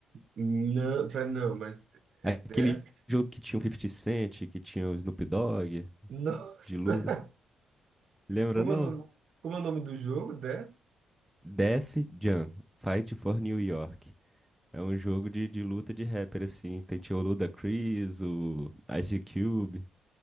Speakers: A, on the right (about 60°); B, in the centre.
A: Não, pera, não, mas
B: Aquele
A: é Death?
B: jogo que tinha o Fifty Cent, que tinha o Snoop Dogg,
A: <laughs> Nossa!
B: de luta, Lembra,
A: Como
B: não?
A: é o nome, como é o nome do jogo? Death?
B: Def Jam, Fight for New York. É um jogo de, de luta de rapper, assim. Tem tinha o Ludacris, o Ice Cube.